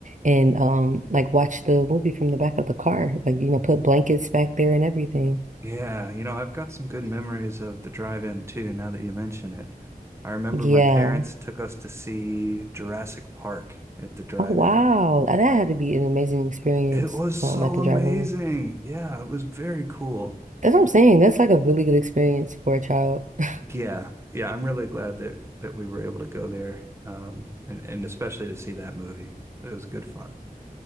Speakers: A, on the right; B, on the right.
A: and um like watch the movie from the back of the car. Like, you know, put blankets back there and everything.
B: Yeah, you know, I've got some good memories of the drive-in too, now that you mention it. I remember
A: Yeah.
B: my parents took us to see Jurassic Park at the drive-in.
A: Oh wow. That had to be an amazing experience
B: It was so
A: um at the
B: amazing.
A: drive room.
B: Yeah, it was very cool.
A: That's what I'm saying. That's like a really good experience for a child. <laughs>
B: Yeah. Yeah, I'm really glad that that we were able to go there. Um, and, and especially to see that movie. It was good fun.